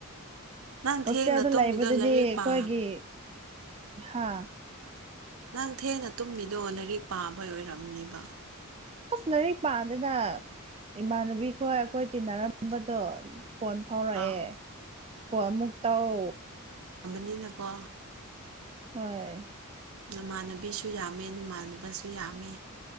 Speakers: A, on the right; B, on the right.
A: ꯅꯪ
B: ꯍꯣꯁꯇꯦꯜꯗ
A: ꯊꯦꯡꯅ ꯇꯨꯝꯃꯤꯗꯣ
B: ꯂꯩꯕꯗꯗꯤ
A: ꯂꯥꯏꯔꯤꯛ
B: ꯑꯩꯈꯣꯏꯒꯤ
A: ꯄꯥ
B: ꯍꯥ
A: ꯅꯪ ꯊꯦꯅ ꯇꯨꯝꯃꯤꯗꯣ ꯂꯥꯏꯔꯤꯛ ꯄꯥꯕ ꯑꯣꯏꯔꯝꯅꯤꯕ
B: ꯑꯁ ꯂꯥꯏꯔꯤꯛ ꯄꯥꯗꯅ ꯏꯃꯥꯟꯅꯕꯤꯈꯣꯏ ꯑꯩꯈꯣꯏ ꯇꯤꯟꯅꯔꯝꯕꯗꯣ ꯐꯣꯟ ꯐꯥꯎꯔꯛꯑꯦ
A: ꯑꯥꯎ
B: ꯐꯣꯟ ꯑꯃꯨꯛ ꯇꯧ
A: ꯅꯤꯅꯀꯣ
B: ꯍꯣꯏ
A: ꯅꯃꯥꯟꯅꯕꯤꯁꯨ ꯌꯥꯝꯃꯦ ꯅꯃꯥꯟꯅꯕꯁꯨ ꯌꯥꯝꯃꯦ